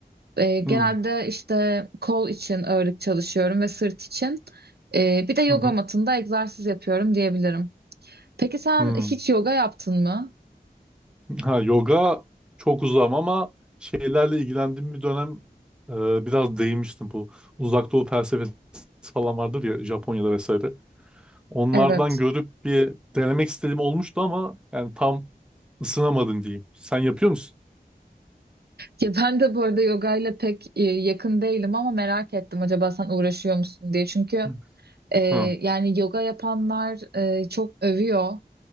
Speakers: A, on the right (about 80°); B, in the centre.
A: Ee, genelde
B: Hı hı.
A: işte kol için ağırlık çalışıyorum ve sırt için. Ee, bir de yoga
B: Hı
A: matında egzersiz yapıyorum diyebilirim. Peki sen
B: hı.
A: hiç yoga yaptın mı?
B: Ha yoga çok uzağım ama şeylerle ilgilendiğim bir dönem e, biraz değinmiştim bu. Uzak Doğu felsefesi falan vardır ya Japonya'da vesaire. Onlardan
A: Evet.
B: görüp bir denemek istediğim olmuştu ama yani tam ısınamadım diyeyim. Sen yapıyor musun?
A: Ya ben de bu arada yoga ile pek e, yakın değilim ama merak ettim acaba sen uğraşıyor musun diye. Çünkü
B: Hı
A: e,
B: hı.
A: yani yoga yapanlar e, çok övüyor